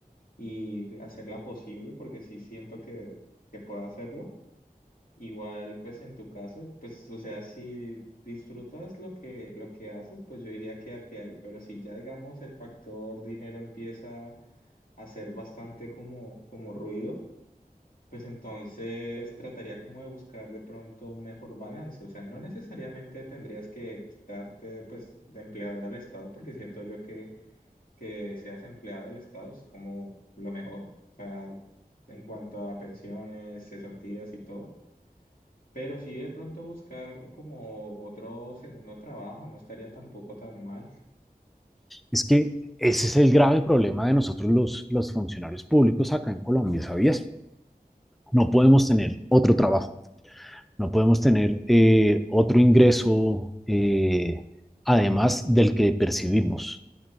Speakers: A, on the left; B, in the centre.
A: y hacerla posible porque sí siento que, que puedo hacerlo. Igual, pues en tu caso, pues, o sea, si disfrutas lo que, lo que haces, pues yo diría quédate ahí, pero si ya, digamos, el factor dinero empieza a ser bastante como, como ruido pues entonces trataría como de buscar de pronto un mejor balance. O sea, no necesariamente tendrías que quitarte pues de empleador al Estado, porque siento yo que, que seas empleado del Estado es como lo mejor. O sea, en cuanto a pensiones, cesantías y todo. Pero sí de pronto buscar como otro segundo trabajo no estaría tampoco tan mal.
B: Es que ese es el grave problema de nosotros los, los funcionarios públicos acá en Colombia, ¿sabías? No podemos tener otro trabajo. No podemos tener eh, otro ingreso eh, además del que percibimos,